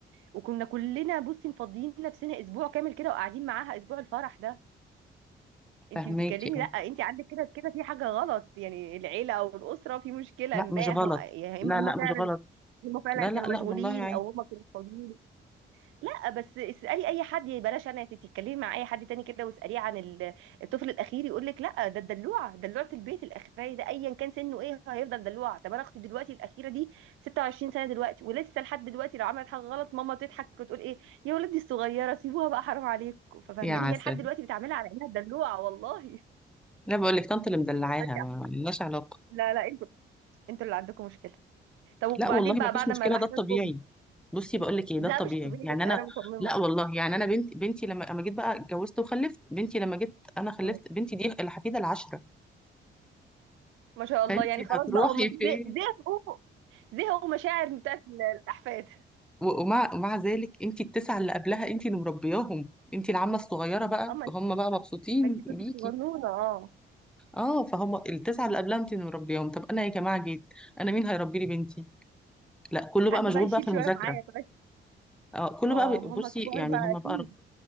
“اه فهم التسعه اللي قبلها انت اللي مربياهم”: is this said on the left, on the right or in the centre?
Centre